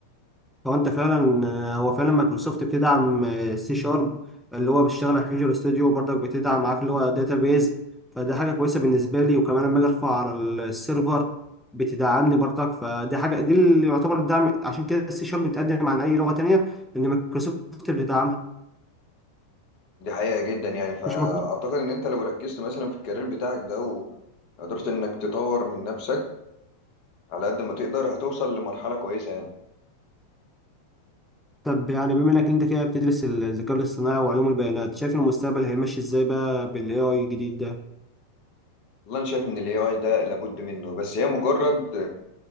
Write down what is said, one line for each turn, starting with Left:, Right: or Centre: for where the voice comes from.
Centre: هو انت فعلا هو فعلا مايكروسوفت بتدعم آه، سي شارب اللي هو بيشتغل على فيجوال ستوديو برضك بتدعم عارف اللي هو داتابيز فدي حاجه كويسه بالنسبه لي وكمان لما اجي ارفع على السيرفر بتدعمني برضك فدي حاجه دي اللي يعتبر الدعم عشان كده السي شارب بتقدم عن اي لغه تانية لان مايكروسوفت بتدعمها
Left: دي حقيقة جدا يعني فاعتقد
Centre: مش مفروض
Left: ان انت لو ركزت مثلا في الكارير بتاعك ده وقدرت انك تطور من نفسك على قد ما تقدر هتوصل لمرحلة كويسة يعني
Centre: طب يعني بما انك انت كده بتدرس الذكاء الاصطناعي وعلوم البيانات شايف المستقبل هيمشي ازاي بقى بالاي اي الجديد ده
Left: والله انا شايف ان الاي اي ده لابد منه بس هي مجرد